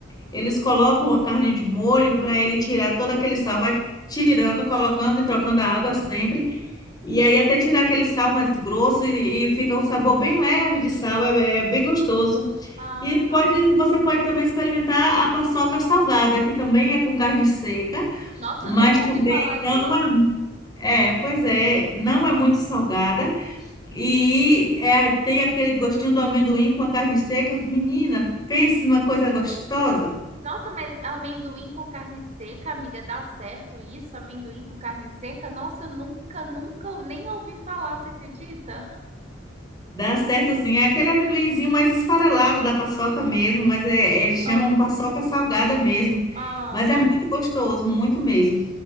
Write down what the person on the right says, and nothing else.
Ah,
tá.
Nossa,
eu nunca
ouvi falar
disso.
Nossa, mas amendoim com carne seca, amiga, dá certo isso? Amendoim com carne seca? Nossa, eu nunca, nunca nem ouvi falar, você acredita?
Ah,
ah.